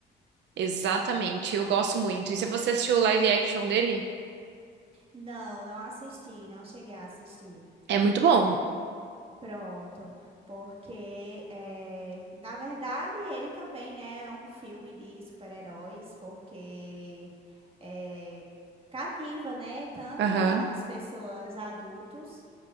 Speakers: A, on the right; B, on the right.
A: Exatamente. Eu gosto muito. E se você assistiu o live action dele,
B: Não, não assisti, não cheguei a assistir.
A: é muito bom.
B: Pronto, porque eh, na verdade ele também, né, é um filme de super-heróis, porque eh, cativa, né, tanto
A: Aham.
B: as pessoas adultos